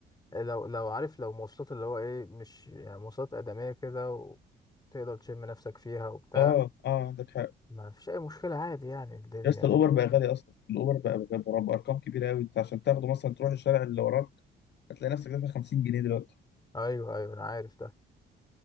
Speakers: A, on the left; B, on the left.
A: لو لو عارف لو مواصلات اللي هو ايه مش يعني مواصلات آدمية كده وتقدر تشم نفسك فيها وبتاع
B: اه اه عندك حق
A: ما فيش اي مشكلة عادي يعني الدنيا
B: يا اسطى
A: يعني
B: الاوبر بقى غالي اصلا الاوبر بقى بقى بقى بارقام كبيره قوي انت عشان تاخده مثلا تروح الشارع اللي وراك هتلاقي نفسك دافع 50 جنيه دلوقتي
A: ايوه ايوه انا عارف ده